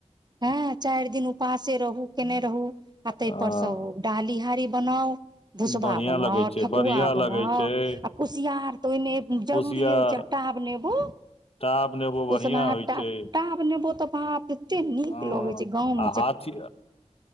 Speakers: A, on the right; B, on the left.
A: हँ चाइर दिन उपासे रहू केने रहु आ ताहि
B: हँ
A: पर सब डाली हारी बनाउ भुसबा
B: बढ़िआँ
A: बनाउ
B: लगै छै
A: ठकुआ
B: बढ़िआँ
A: बनाउ
B: लगै छै
A: आ कुसियर तऽ ओहिने जरूरी
B: कुसियार
A: होइ छै टाब नेबो
B: टाब नेबो बढ़िया
A: उसनाटा
B: होइ छै
A: टाब नेबो टाब नेबो एते नीक
B: हँ
A: लगे छै गाँव मे
B: <unintelligible> हाथी